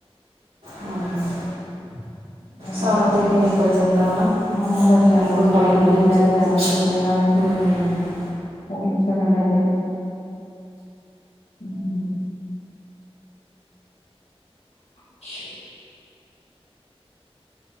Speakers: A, on the left; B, on the right.
A: <inaudible>
B: ਹਾਂ
A: <unintelligible> ਬੱਚਿਆਂ
B: ਸਾਰਾ ਦਿਨ ਹੀ ਨਿਕਲ ਜਾਂਦਾ ਨਾ ਬਿਲਕੁਲ
A: ਦਾ ਵੀ ਸੋਚੋ
B: ਟਾਈਮ ਨਹੀਂ
A: ਕੀ
B: ਬਚਦਾ
A: ਲੈ ਜਾਣਾ ਸਕੂਲ ਇਹਨਾਂ ਨੇ,
B: ਹਮ
A: ਉਹ ਵੀ ਨਿਕਲ ਜਾਂਦਾ ਏਦਾਂ ਈ। ਹਮ <unintelligible>